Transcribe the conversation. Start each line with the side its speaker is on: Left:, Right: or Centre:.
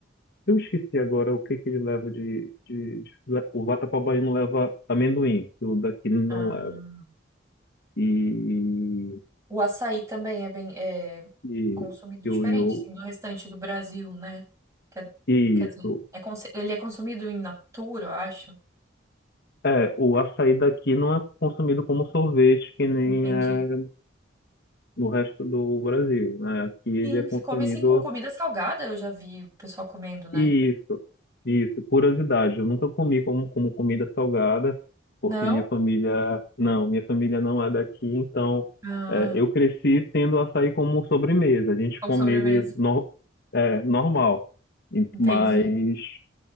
Left: Eu esqueci agora o que que ele leva de, de, de- le- O vatapá baiano leva amendoim, que o daqui não
Right: Ah.
Left: leva. E.
Right: O açaí também é bem é,
Left: E.
Right: consumido diferente,
Left: E, o- e, o-
Right: assim, do restante do Brasil, né? Quer,
Left: e
Right: quer dizer,
Left: isso.
Right: é cons- ele é consumido em natura, eu acho.
Left: É, o açaí daqui não é consumido como sorvete, que nem
Right: Entendi.
Left: é no resto do Brasil, né? Aqui ele
Right: Sim,
Left: é consumido
Right: se come assim com comida salgada, eu já vi o pessoal comendo, né?
Left: Isso, isso. Curiosidade, eu nunca comi como, como comida salgada, porque
Right: Não?
Left: minha família, não, minha família não é daqui, então
Right: Ah,
Left: é, eu cresci tendo açaí como sobremesa. A gente
Right: como
Left: come
Right: sobremesa.
Left: ele no, é, normal, E-
Right: Entendi.
Left: mas